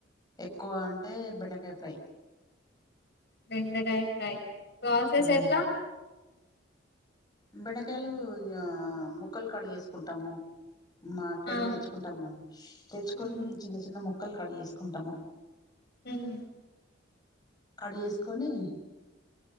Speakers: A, on the left; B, on the left.
A: ఎక్కువ అంటే బెండకాయ ఫ్రై
B: బెండకాయ ఫ్రై ప్రాసెస్
A: ఉమ్
B: ఎట్లా
A: బెండకాయలు ముక్కలు కడుగేసుకుంటాము మార్కెడ
B: ఆ
A: నుండి తెచ్చుకుంటాము కదా తెచ్చుకొని
B: హ్మ్
A: చిన్న చిన్న మొక్కలు కడి చేేసుకుంటాము
B: ఉమ్
A: కడి చేసుకొని